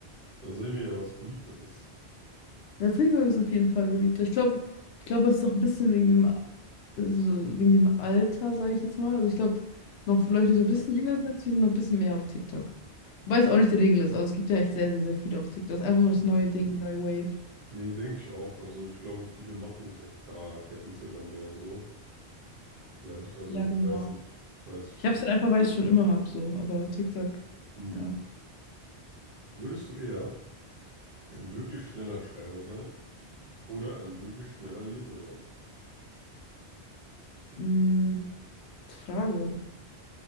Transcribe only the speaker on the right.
Da sehen wir ja, was beliebter ist.
Ja.
Nee, denke ich auch. Also ich glaube, viele machen sich auch gar kein Instagram mehr so. Vielleicht. Also
ich weiß nicht. Ich weiß nicht
so.
Hm.
Würdest du eher ein wirklich schneller Schreiber sein oder ein wirklich schneller Leser sein?